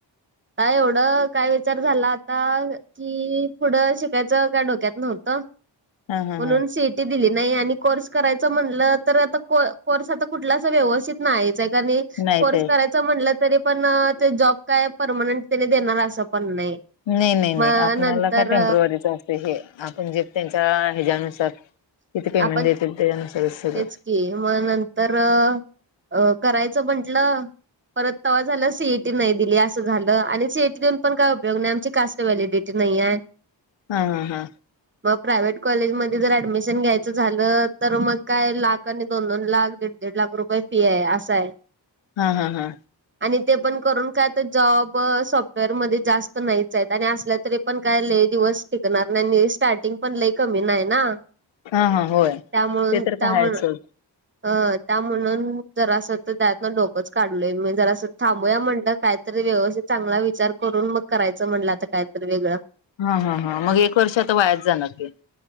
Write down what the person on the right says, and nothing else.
काय एवढं काय विचार झाला आता कि पुढं शिकायचं काय डोक्यात नव्हतं
म्हणून
सीट दिली नाही आणि कोर्स करायच म्हटलं तर आता कोर्स आता कुठला व्यवस्थित नाहीयचाय कारण
कोर्स
करायचा म्हटलं तरी पण ते जॉब काय परमनंट तने देणार असं पण नाही
मग
नंतर
आपण
तेच की मग नंतर अ करायचं म्हंटलं परत तवा झाला सीए नाही दिली असं झालं आणि सीईटी देऊन पण काय उपयोग नाही आमची कास्ट व्हॅलिडिटी नाही आहे
मग प्राय्हेट कॉलेमध्ये जर ऍडमिशन घ्याय च झालं तर मग काय लाख आणि दोन, दोन लाख दीड, दीड लाख रुपये फी आहे असा आहे
आणि ते पण करून काय तर जॉब सॉफ्टवेअर मध्ये जास्त नाहीच आहेत आणि असल्या तरी पण काय ल दिवस टिकणार नाही स्टार्टिंग पण ल कमी नाही ना
त्यामुळे
त्यामु
अ त्या म्हणून जरा असं तर त्यातनं डोकंच काढलय म्हण जरा अस. थांबूया म्हणल कायतरी व्यवस्त चांगला विचार करून मग करायचं म्हणलं आता कायतरी वेगळं.